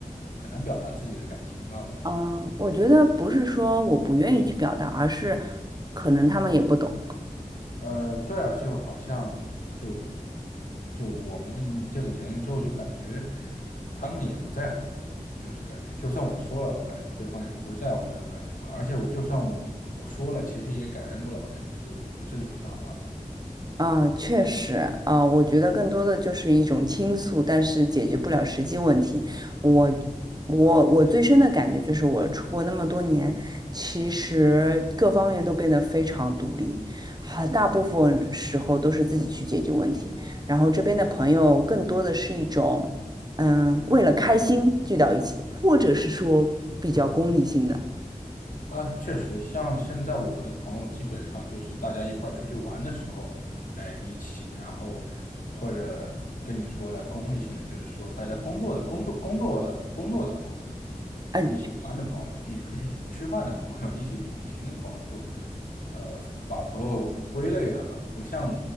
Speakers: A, on the left; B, on the right.
A: 很难表达自己的感情吧，我觉得。
B: 嗯呃，我觉得不是说我不愿意去表达，而是可能他们也不懂，
A: 呃，对啊，就好像就就我们这这个年龄之后，就感觉他们也不在乎，就是感觉就算我说了，我感觉对方也不会在乎这种感觉吧。而且我就算我说了，其实也改变不了什么，就有这种想法吧。
B: 啊，确实，啊，我觉得更多的就是一种倾诉，但是解决不了实际问题。我，我，我最深的感觉就是，我出国那么多年，其实各方面都变得非常独立，很大部分时候都是自己去解决问题。然后这边的朋友更多的是一种，嗯，为了开心聚到一起，或者是说比较功利性的，
A: 啊，确实，像现在我的朋友基本上就是大家一块儿出去玩的时候，哎，一起，然后或者跟你说的功利性的，就是说大家工作的、工作、工作的、工作的朋友，还有一起玩的朋友，
B: 嗯。
A: 一起出去吃饭的朋友，一起旅行的朋友，就呃把朋友归类了吧，不像